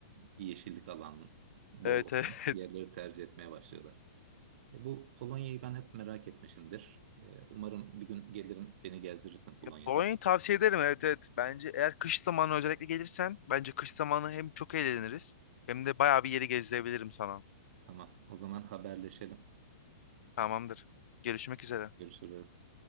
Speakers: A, on the right (about 55°); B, on the left (about 60°).
A: yeşillik alan, bol
B: Evet
A: olan
B: evet.
A: yerleri
B: <laughs>
A: tercih etmeye başlıyorlar. E, bu Polonya'yı ben hep merak etmişimdir. E, umarım bir gün gelirim beni gezdirirsin Polonya'da.
B: Ya Polonya'yı tavsiye ederim evet evet. Bence eğer kış zamanı özellikle gelirsen bence kış zamanı hem çok eğleniriz hem de bayağı bir yeri gezdirebilirim sana.
A: Tamam, o zaman haberleşelim.
B: Tamamdır. Görüşmek üzere.
A: Görüşürüz.